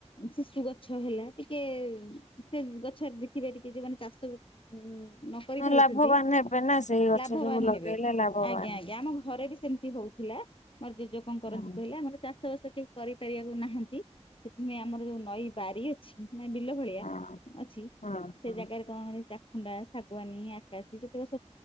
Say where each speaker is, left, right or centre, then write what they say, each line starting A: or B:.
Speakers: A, on the left (about 50°); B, on the left (about 85°).
A: ଶିଶୁ ଗଛ ହେଲା ଟିକେ ସେ ଗଛରେ ଦେଖିବା ଟିକେ କି ଯଉମାନେ ଚାଷ ହୁଁ ନ କରି ପାରୁଛନ୍ତି
B: ଲାଭବାନ ହେବେ ନା ସେଇ ଗଛ
A: ଲାଭବାନ
B: ସବୁ ଲଗେଇଲେ
A: ହେବେ
B: ଲାଭବାନ
A: ଆଜ୍ଞା ଆଜ୍ଞା ଆମ ଘରେ ବି ସେମତି ହଉଥିଲା ମୋର୍ ଜେଜେ କଣ କରନ୍ତି
B: ହଁ।
A: କହିଲେ ଆମର ଚାଷ ଷ ବାସ କେହି କରିପାରିବାକୁ ନାହାନ୍ତି। <unintelligible> ସେଥିପାଇଁ ଆମର ଯୋଉ ନଈ ବାରି ଅଛି ମାନେ ବିଲ ଭଳିଆ
B: ହଁ
A: ଅଛି
B: ହଁ
A: ସେ
B: ହଁ
A: ଜାଗାରେ କଣ ଖୁଣ୍ଡା ଶାଗୁଆାନୀ ଆକାଶୀ ଯେତେ